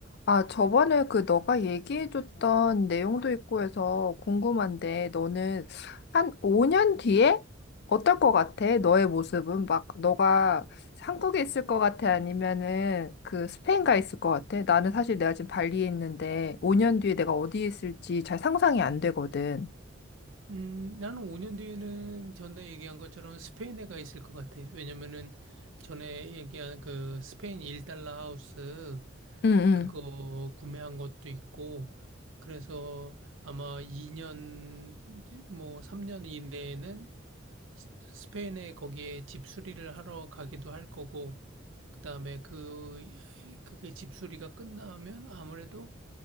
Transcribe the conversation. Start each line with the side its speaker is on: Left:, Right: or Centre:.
Left: 아, 저번에 그 너가 얘기해줬던 내용도 있고 해서 궁금한데, 너는 한 5년 뒤에 어떨 것 같아? 너의 모습은? 막, 너가 한국에 있을 것 같아? 아니면은 그 스페인 가 있을 것 같아? 나는 사실 내가 지금 발리에 있는데, 5년 뒤에 내가 어디에 있을지 잘 상상이 안 되거든.
Right: 음, 나는 5년 뒤에는 전에 얘기한 것처럼 스페인에 가 있을 것 같아. 왜냐면은 전에 얘기한 그 스페인 1달러 하우스
Left: 응, 응.
Right: 그거 구매한 것도 있고, 그래서 아마 2년, 뭐 3년 이내에는 스- 스페인에 거기에 집 수리를 하러 가기도 할 거고, 그 다음에 그, 그게 집 수리가 끝나면 아무래도